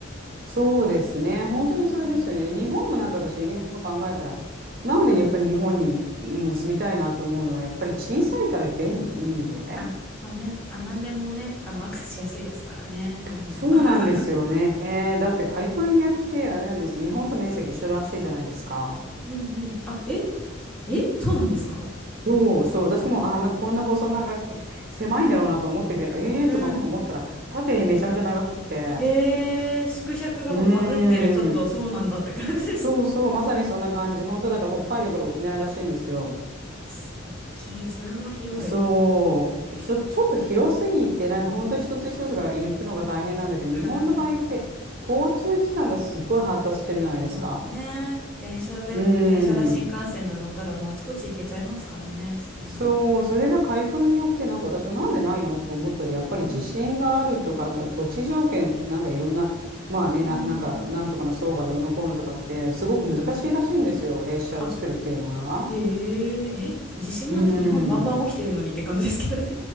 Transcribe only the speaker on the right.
そうですね。本当にそれですよね。
日本もなんか私、今考えたら、なんでやっぱり日本にもう住みたいなと思うのは、やっぱり小さいから便利、いい意味で。
そうなんですよね。
だってカリフォルニアってあれなんです。日本と面積一緒らしいじゃないですか。
そうそう。私もあんな、こんな細長くて、狭いんだろうなと思ってて、えーとか思ったら、
縦にめちゃめちゃ長くて。
うーん。
そうそう。まさにそんな感じ。本当だから北海道から沖縄らしいんですよ。
そう、ひょちょっと広すぎて、なんか本当一つ一つが行くのが大変なんだけど、
日本の場合って交通機関がすごい発達してるじゃないですか。
うん。
そう、それがカリフォルニアってなんか私もなんでないのとか思ったらやっぱり地震があるとか、
あと土地条件、なんかいろんな、まあね、
な、
なんかなんとかの層がどうのこうのとかってすごく難しいらしいんですよ、
列車を作るっていうのが。
うん。